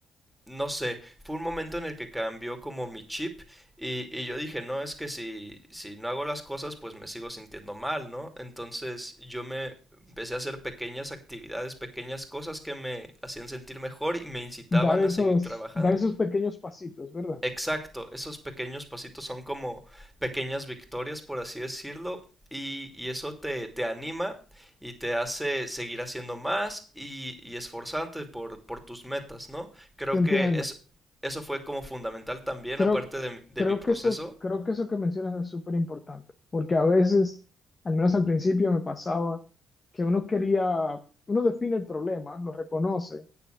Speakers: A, in the centre; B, on the left.
A: no sé, fue un momento en el que cambió como mi chip y, y yo dije, no, es que si, si no hago las cosas, pues me sigo sintiendo mal, ¿no? Entonces yo me empecé a hacer pequeñas actividades, pequeñas cosas que me hacían sentir mejor y me incitaban
B: Dar esos,
A: a seguir trabajando.
B: dar esos pequeños pasitos, ¿verdad?
A: Exacto, esos pequeños pasitos son como pequeñas victorias, por así decirlo, y, y eso te, te anima y te hace seguir haciendo más y, y esforzarte por, por tus metas, ¿no? Creo
B: Te entiendo.
A: que es, eso fue como fundamental también,
B: Creo,
A: aparte de, mi- de
B: creo
A: mi proceso.
B: que eso, creo que eso que mencionas es súper importante, porque a veces, al menos al principio me pasaba, que uno quería, uno define el problema, lo reconoce,